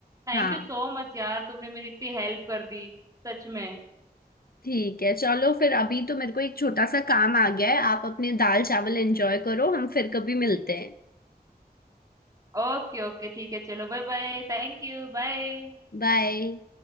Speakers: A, on the right; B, on the left.
A: थैंक
B: हाँ
A: यू सो मच यार तुमने मेरी इतनी हेल्प कर दी सच में
B: ठीक है चलो फिर अभी तो मेरे को एक छोटा सा काम आ गया है आप अपने दाल चावल एंजॉय करो हम फिर कभी मिलते हैं
A: ओके ओके ठीक है चलो bye bye thank you bye
B: बाय